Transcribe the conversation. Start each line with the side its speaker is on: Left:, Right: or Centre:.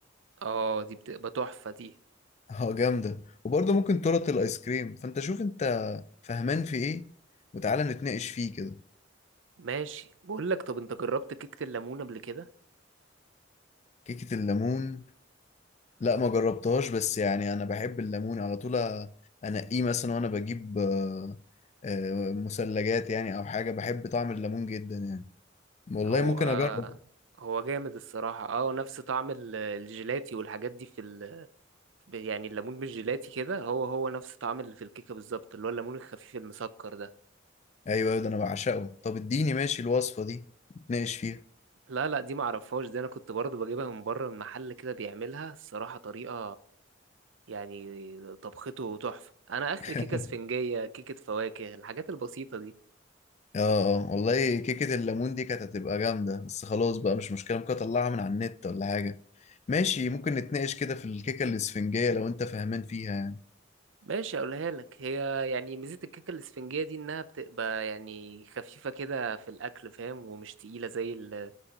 Right: اه دي بتبقى تحفة دي
Left: اه جامدة وبرضه ممكن تورت الايس كريم فانت شوف انت فهمان في ايه وتعالى نتناقش فيه كده
Right: ماشي بقول لك طب انت جربت كيكة الليمون قبل كده
Left: كيكة الليمون لا ما جربتهاش بس يعني انا بحب الليمون على طول انقيه مثلا وانا بجيب آه، آه، مثلجات يعني او حاجة بحب طعم الليمون جدا يعني والله
Right: هو
Left: ممكن اجرب
Right: هو جامد الصراحة اه نفس طعم ال- الجيلاتي والحاجات دي في ال... يعني الليمون بالجيلاتي كده هو هو نفس طعم اللي في الكيكة بالظبط اللي هو الليمون الخفيف المسكر ده
Left: ايوه ده انا بعشقه طب اديني ماشي الوصفة دي نتناقش فيها
Right: لا لا دي معرفهاش دي انا كنت برضه بجيبها من بره من محل كده بيعملها الصراحة طريقة يعني طبخته تحفة انا اخر
Left: <laughs>
Right: كيكة اسفنجية كيكة فواكه الحاجات البسيطة دي
Left: اه اه والله كيكة الليمون دي كانت هتبقى جامدة بس خلاص بقى مش مشكلة ممكن اطلعها من على النت ولا حاجة ماشي ممكن نتناقش كده في الكيكة الاسفنجية لو انت فاهمان فيها يعني
Right: ماشي اقولها لك هي يعني ميزة الكيكة الاسفنجية دي انها بتبقى يعني خفيفة كده في الاكل فاهم ومش تقيلة زي ال...